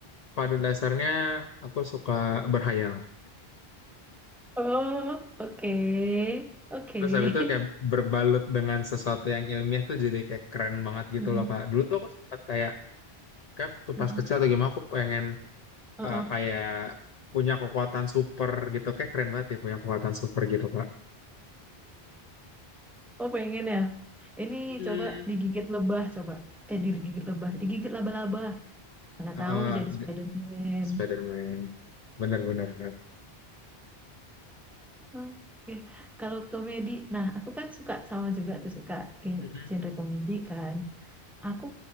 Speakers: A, on the left; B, in the centre.
A: pada dasarnya aku suka berhayal.
B: Oh, oke, oke.
A: Terus
B: <laughs>
A: habis itu kayak berbalut dengan sesuatu yang ilmiah tuh jadi kayak keren banget gitu
B: Mm-mm,
A: loh Kak. Dulu tuh aku sempat kayak, kayak waktu
B: mm-mm.
A: pas kecil atau gimana aku pengen
B: Uh-uh.
A: eh, kayak punya kekuatan super gitu. Kayak keren banget ya punya kekuatan super gitu Kak.
B: Oh, pengen ya? Ini
A: Mm.
B: coba digigit lebah, coba. Eh, digigit lebah, digigit laba-laba. Mana
A: Heeh,
B: tahu jadi Spider-Man.
A: Spider-Man. Bener-bener
B: Oke, Kalau komedi, nah aku kan suka sama juga tuh suka gen-
A: Kak.
B: genre komedi kan. Aku